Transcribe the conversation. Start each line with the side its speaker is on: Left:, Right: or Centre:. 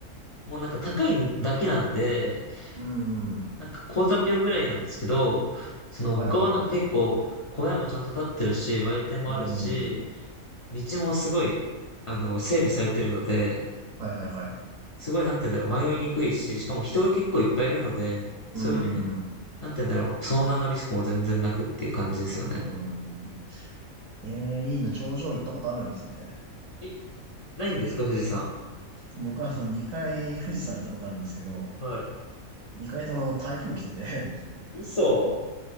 Left: もうなんか高いだけなんで、
Right: う。うーん。
Left: なんか高山病ぐらいなんですけど、その他はなんか結構小屋もちゃんと建ってるし、
Right: はいはいはい。
Left: 売店もあるし、
Right: うーん。
Left: 道もすごい、あの、整備されてるので、
Right: はいはいはい。
Left: すごい、なんて言うんだろう、迷いにくいし、しかも人が結構いっぱいいるので、そういう意味で、
Right: うーん。う
Left: なんて言うんだろう、遭難のリスクも全然なくっていう感じですよね。
Right: ーん。ええいいな、頂上行ったことあるんですね。
Left: え、ないんですか、富士山。
Right: 僕あの、2回富士山行ったことあるんですけど、
Left: はい。
Right: 2回ともあの、台風来てて
Left: 嘘。